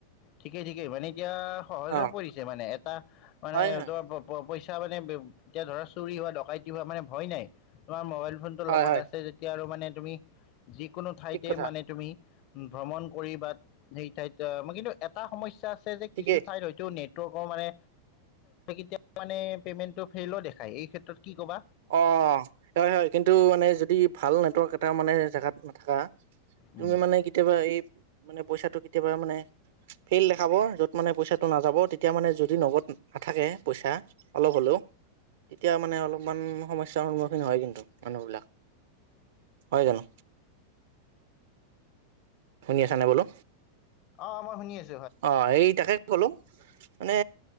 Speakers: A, on the left (about 40°); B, on the right (about 55°).
A: ঠিকে ঠিকে। মানে এতিয়া সহজে
B: অ
A: পৰিছে মানে। এটা মানে
B: হয় হয়
A: ত প প পইচ- তিয়া মানে বে, এতিয়া ধৰা চুৰি হোৱা ডকাইতি হোৱা, মানে ভয় নাই। তোমাৰ মোবাইল- ফোনটো
B: হয়
A: লগত
B: হয়
A: আছে যেতিয়া আৰু মানে- তুমি- যিকোনো ঠাইতে
B: ঠিক কথা
A: মানে তুমি। ভ্ৰমণ কৰি বা সেই ঠাইত মই কিন্তু। এটা সমস্যা আছে। যে
B: ঠিকেই
A: কিছু ঠাইত হয়তো নেটৱৰ্কৰ মানে কেতিয়া মানে পেমেণ্টটো ফেইলো দেখাই এই ক্ষেত্ৰত কি কবা।
B: অ হয় হয় কিন্তু মানে যদি ভাল নেটৱৰ্ক এটা মানে জেগাত নাথাকা। তুমি
A: উম,
B: মানে কেতিয়াবা এই মানে পইচাটো কেতিয়াবা মানে ফেইল দেখাব য'ত মানে পইচাটো নাযাব তেতিয়া মানে যদি নগদ নাথাকে পইচা অলপ হ'লেও তেতিয়া মানে অলপ। কিমান সমস্যাৰ সন্মুখীন হয় কিন্তু মানুহ বিলাক হয় জানো। শুনি আছা নে বোলো
A: অ মই শুনি আছ
B: অ এই তাকে ক'লোঁ মানে